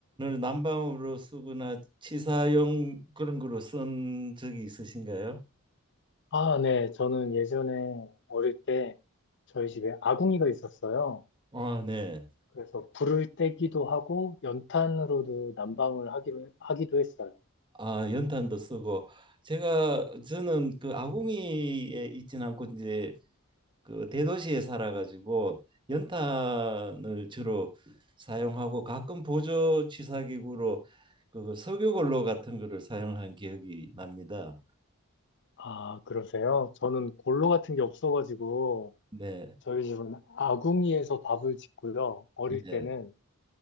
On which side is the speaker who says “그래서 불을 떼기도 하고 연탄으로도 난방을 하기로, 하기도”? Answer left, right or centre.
Left